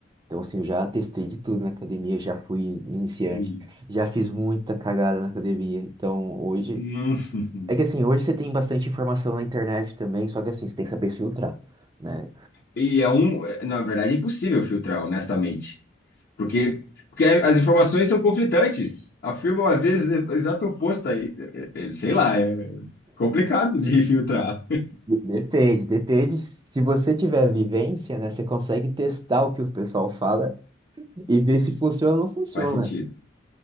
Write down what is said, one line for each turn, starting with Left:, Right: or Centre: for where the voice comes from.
Right: Então, assim, eu já testei de tudo na academia, já fui iniciante,
Left: Sim.
Right: já fiz muita cagada na academia. Então, hoje...
Left: Hum. <laughs>
Right: É que assim, hoje você tem bastante informação na internet também, só que assim, você tem que saber filtrar, né?
Left: E é um, é, na verdade, é impossível filtrar, honestamente. Porque, porque as informações são conflitantes, afirmam às vezes o exato oposto aí. É, é, é, Sei lá, é complicado de <laughs> filtrar.
Right: De- Depende, depende. Se você tiver vivência, né, você consegue testar o que o pessoal fala e ver se funciona ou não funciona.
Left: Faz sentido.